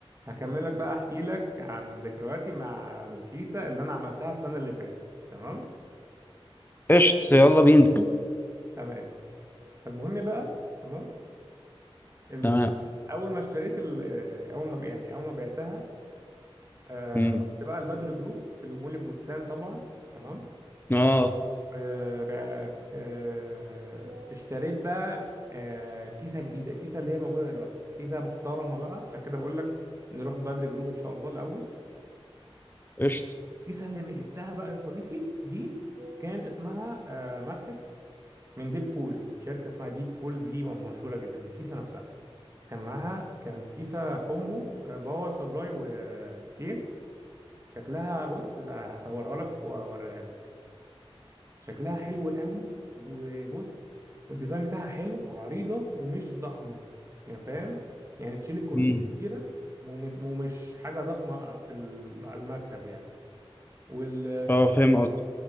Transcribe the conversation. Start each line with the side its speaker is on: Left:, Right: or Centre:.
Right: هكملك بقى احكي لك عن ذكرياتي مع الكيسة اللي انا عملتها السنة اللي فاتت تمام
Left: قشط يلا بينا
Right: تمام فالمهم بقى تمام ال...
Left: تمام
Right: اول ما اشتريت ال... آه، اول ما ب- يعني اول ما بعتها آه،
Left: مم.
Right: رحت بقى البدر جروب في مول البستان طبعا تمام
Left: اه
Right: آه، بع- آه، اشتريت بقى آه، كيسة جديدة الكيسة اللي هي موجودة دلوقتي كيسة محترمة بقى عشان كده بقول لك نروح بدر جروب ان شاء الله الاول
Left: قشط
Right: الكيسة اللي جبتها بقى يا صديقي دي كان اسمها آه، ماتريكس من ديب كول شركة اسمها ديب كول دي م- مشهورة جدا الكيسة نفسها كان معاها كانت كيسة كومبو آه، باور سبلاي وكيس شكلها بص هصورها لك واوريها لك شكلها حلو قوي وبص والديزاين بتاعها حلو عريضة ومش ضخمة يعني فاهم يعني تشيل الكروت
Left: مم.
Right: الكبيرة وم- ومش حاجة ضخمة في ال- على المكتب يعني وال
Left: اه فاهم قصدي